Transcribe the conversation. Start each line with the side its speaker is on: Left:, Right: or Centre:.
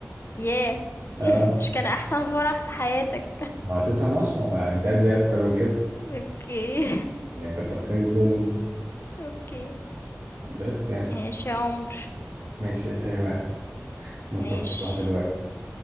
Left: ياه
Right: اه
Left: <laughs> مش كان احسن فرح في حياتك
Right: ما هو تسعة من عشرة آه، أنت عايز إيه أكتر من كده
Left: اوكي
Right: يعني كتر خير الدنيا
Left: <laughs> اوكي
Right: بس يعني
Left: ماشي يا عمر
Right: ماشي يا شيماء متفق
Left: ماشي
Right: معاك دلوقتي